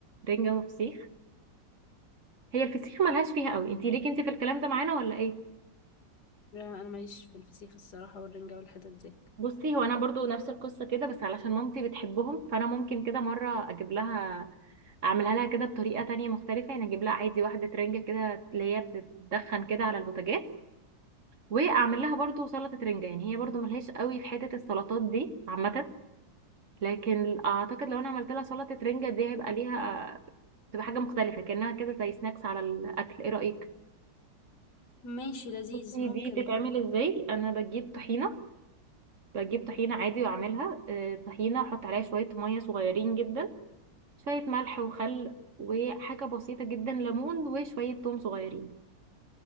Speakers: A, on the right; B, on the left.
A: رنجه وفسيخ هي الفسيخ ملهاش فيها قوي انتي ليكي انتي في الكلام ده معانا ولا ايه
B: لا انا ماليش في الفسيخ الصراحه والرنجه والحتت دي
A: بصي هو انا برضو نفس القصه كده بس علشان مامتي بتحبهم فانا ممكن كده مره اجيب لها اعملها لها كده بطريقه تانية مختلفه يعني اجيب لها عادي واحده رنجه كده اللي هي بتتدخن كده على البوتاجاز واعمل لها برضو سلطه رنجه يعني هي برضو ملهاش قوي في حته السلطات دي عامه لكن اعتقد لو انا عملت لها سلطه رنجه دي هيبقى ليها تبقى حاجه مختلفه كانها كده زي سناكس على الاكل ايه رايك
B: ماشي لذيذ
A: بصي
B: ممكن
A: دي بتتعمل
B: ده.
A: ازاي انا بجيب طحينه بجيب طحينه عادي واعملها آه، طحينه احط عليها شويه ميه صغيرين جدا شويه ملح وخل وحاجه بسيطه جدا ليمون وشويه توم صغيرين